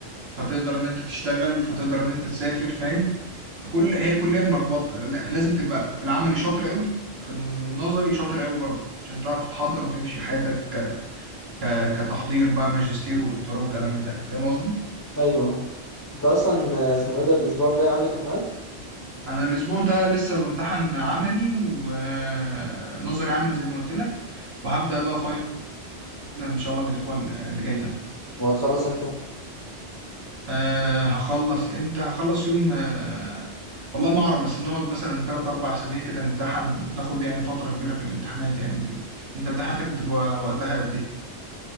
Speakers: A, on the right; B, on the left.
A: فتقدر ان انت تشتغل فتقدر ان انت تسافر فاهم فكل هي كلية ملخبطة لا- لازم تبقى في العملي شاطر قوي في النظري شاطر قوي برضه عشان تعرف تحضر وتمشي حياتك ك... ك... كتحضير بقى ماجستير ودكتوراه وكلام من ده فاهم قصدي
B: ايوه انت اصلا اسمه ايه ده الاسبوع الجاي عندك امتحانات
A: انا الاسبوع ده لسه بمتحن عملي ونظري عملي زي ما قلت لك وهبدأ بقى فاينل ان شاء الله من الاسبوع اللي جاي ده
B: وهتخلص امتى
A: أه هخلص امتى هخلص يوم أه والله ما اعرف بس بنقعد مثلا 3 4 اسابيع كده نمتحن بناخد يعني فترة كبيرة في الامتحانات يعني وكده انت امتحاناتك بتبقى وقتها قد ايه